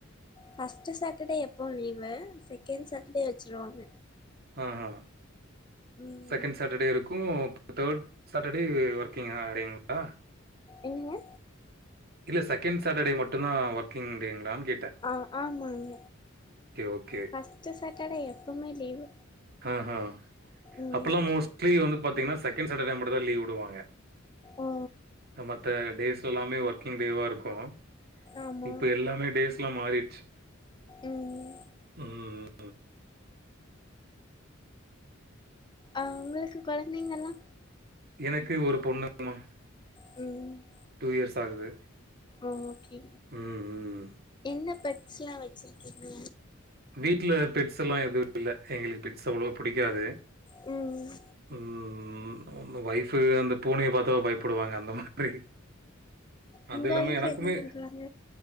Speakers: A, on the left; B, on the right.
A: ஃபஸ்ட்டு சாட்டர்டே எப்போ லீவு செகண்ட் சாட்டர்டே வச்சிருவாங்க.
B: ஆ ஆ
A: ம்
B: செகண்ட் சாட்டர்டே இருக்கும் தேர்ட் சாட்டர்டே ஒர்க்கிங்கா டேங்களா.
A: என்னங்க.
B: இல்ல செகண்ட் சாட்டர்டே மட்டுதா ஒர்க்கிங் டேங்களான்னு கேட்ட
A: ஆ ஆமாங்க
B: ஓகே.
A: ஃபஸ்ட்டு சாட்டர்டே எப்பமே லீவு.
B: ஆ ஆ
A: ம்
B: அப்பல்லா மோஸ்ட்லி வந்து பாத்தீங்கன்னா செகண்ட் சாட்டர்டே மட்டு தா லீவு உடுவாங்க.
A: ஓ
B: மத்த டேஸ் எல்லாமே ஒர்க்கிங் டேவா இருக்கும்
A: ஆமா
B: இப்ப எல்லாமே டேஸ் லா மாறிர்ச்சி
A: ம்
B: ம்.
A: ஆ உங்களுக்கு குழந்தைங்கல்லா.
B: எனக்கு ஒரு பொண்ணுமா
A: ம்
B: டூ இயர்ஸ் ஆகுது
A: ஓகே
B: ம், ம்.
A: என்ன பெட்ஸ்ல்லா வச்சிருக்கிங்க
B: வீட்ல பெட்ஸ்ல்லா எதுவு இல்ல எங்களுக்கு பெட்ஸ் அவ்ளோவ புடிக்காது
A: ம்
B: ம் ஒய்ஃபு அந்த பூனைய பாத்த பயப்படுவாங்க அந்த மாதிரி
A: உங்க
B: அது இல்லாம
A: ஒய்ஃப்
B: எனக்குமே
A: என்ன பன்றாங்க